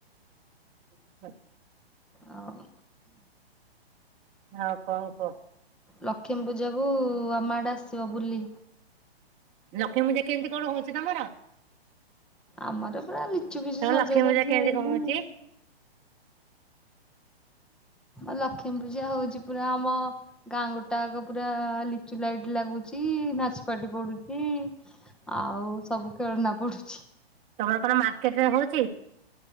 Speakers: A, on the right; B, in the centre.
A: <inaudible>
B: ଆଉ
A: ଆଉ କଣ କୁହ।
B: ଲକ୍ଷ୍ମୀ ପୂଜାକୁ ଆମ ଆଡ଼େ ଆସିବ ବୁଲି।
A: ଲକ୍ଷ୍ମୀ ପୂଜା କେମିତି କଣ ହଉଛି ତମର?
B: ଆମର ପୁରା ଲିଚୁ ଫିଚୁ
A: ତମ
B: ସଜାସଜି
A: ଲକ୍ଷ୍ମୀ ପୂଜା କେମିତି
B: ହେଇକି
A: କଣ ହଉଛି?
B: ଲକ୍ଷ୍ମୀ ପୂଜା ହଉଛି ପୁରା ଆମ ଗାଁ ଗୋଟାଅକ ପୁରା ଲିଚୁ ଲାଇଟ୍ ଲାଗୁଛି ନାଚ ପାର୍ଟି ପଡୁଛି। ଆଉ ସବୁ ଖେଳନା ପଡୁ
A: ତମର କଣ ମାର୍କେଟ ରେ ହଉଛି?